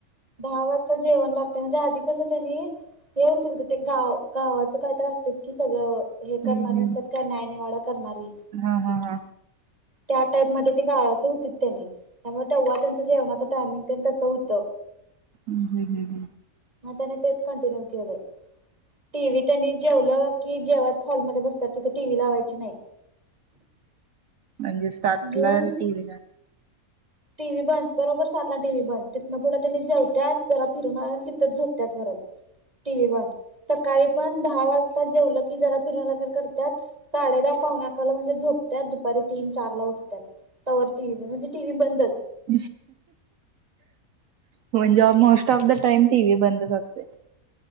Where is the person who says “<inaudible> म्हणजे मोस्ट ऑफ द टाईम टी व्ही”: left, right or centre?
Right